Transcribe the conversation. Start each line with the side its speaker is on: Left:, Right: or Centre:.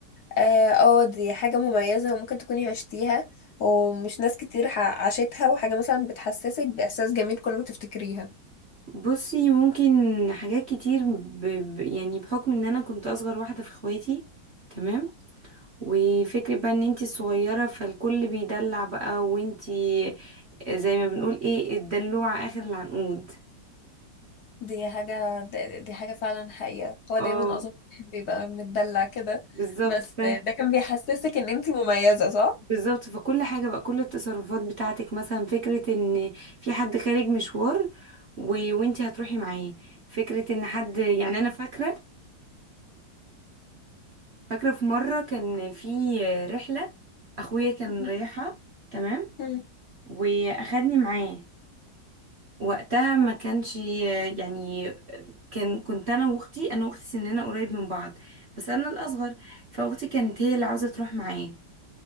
Left: اه آه، دي حاجة مميزة وممكن تكوني عشتيها ومش ناس كتير ح- عاشتها وحاجة مثلا بتحسسك بإحساس جميل كل ما تفتكريها
Right: بصي ممكن حاجات كتير ب... ب... يعني بحكم ان انا كنت اصغر واحدة في اخواتي تمام وفكرة بقى ان انتي الصغيرة فالكل بيدلع بقى وانتي زي ما بنقول ايه الدلوعة اخر العنقود
Left: دي حاجة دي دي حاجة فعلا حقيقة هو
Right: اه
Left: دايما أظن الواحد بيبقى متدلع كده
Right: بالظبط
Left: بس
Right: ف...
Left: ده كان بيحسسك إن أنتي مميزة صح؟
Right: بالظبط فكل حاجة بقى كل التصرفات بتاعتك مثلا فكرة ان في حد خارج مشوار و... وانتي هتروحي معاه فكرة ان حد يعني انا فاكرة فاكرة في مرة كان في رحلة أخويا كان
Left: <laughs>
Right: رايحها تمام
Left: مم.
Right: وأخدني معاه وقتها ما كانش يعني كان كنت أنا وأختي أنا وأختي سننا قريب من بعض بس أنا الأصغر فأختي كانت هي اللي عاوزة تروح معاه